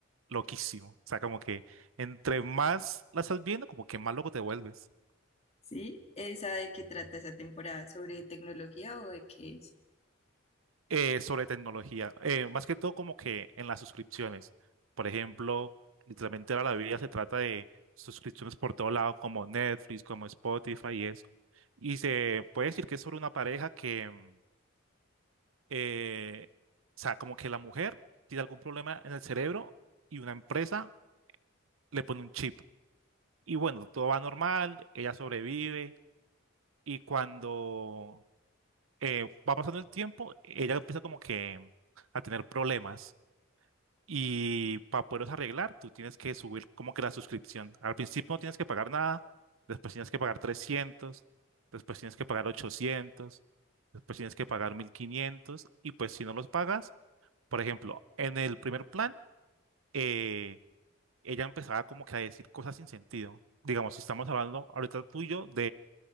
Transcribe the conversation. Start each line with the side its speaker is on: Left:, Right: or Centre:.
Right: loquísimo. O sea, como que entre más la estás viendo, como que más loco te vuelves.
Left: ¿Sí? ¿Esa de qué trata esa temporada? ¿Sobre tecnología o de qué es?
Right: eh, sobre tecnología, eh, más que todo como que en las suscripciones. Por ejemplo, literalmente ahora la vida se trata de suscripciones por todo lado, como Netflix, como Spotify y eso. Y se puede decir que es sobre una pareja que, mm, eh, o sea, como que la mujer tiene algún problema en el cerebro y una empresa le pone un chip. Y bueno, todo va normal, ella sobrevive y cuando eh, va pasando el tiempo, ella empieza como que a tener problemas Y para poderlos arreglar, tú tienes que subir como que la suscripción. Al principio no tienes que pagar nada, después tienes que pagar trescientos después tienes que pagar ochocientos después tienes que pagar 1500 y pues si no los pagas, por ejemplo, en el primer plan, eh, ella empezaba como que a decir cosas sin sentido. Digamos, si estamos hablando ahorita tú y tuyo